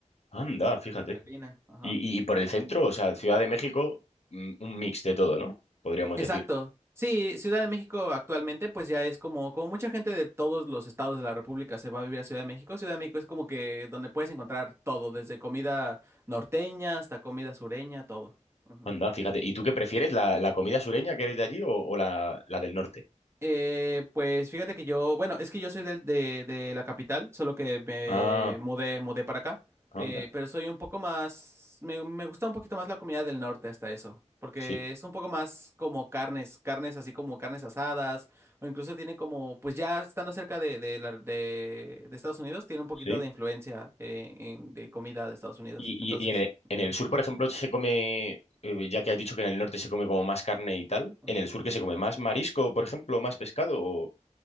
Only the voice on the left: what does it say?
Anda, fíjate.
Y, y por el centro, o sea, Ciudad de México, mm, un mix de todo, ¿no? Podríamos
decir.
Anda, fíjate. ¿Y tú qué prefieres? ¿La, la comida sureña que eres de allí o, o la, la del norte?
Ah,
anda.
Sí,
sí.
¿Y,
y- y en el, en el sur, por ejemplo, se come, eh, ya que has dicho que en el norte se come como más carne y tal,
¿en el sur que se come más marisco, por ejemplo, más pescado o,